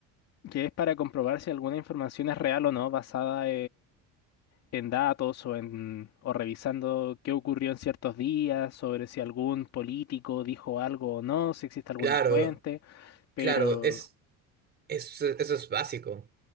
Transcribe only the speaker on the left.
que es para comprobar si alguna información es real o no, basada en datos o en o revisando qué ocurrió en ciertos días, sobre si algún político dijo algo o no, si existe alguna
fuente, pero